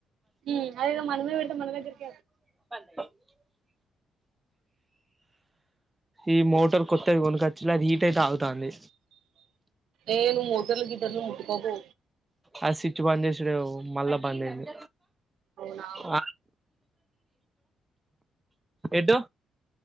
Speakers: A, on the right (about 75°); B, on the right (about 15°).
A: ఉమ్ అదేధో మనమే పెడితే మనమే ఇక
B: <inaudible> ఈ మోటర్ కొత్తది కొనుకొచ్చల అది హీట్ అయితే ఆగుతాంది
A: ఏ నువ్వు మోటర్లు గీటర్లు ముట్కోకు
B: ఆ స్విచ్ బంద్ చేసుడెమో మళ్ళా బంద్ అయింది
A: అవునా
B: ఆ ఏటు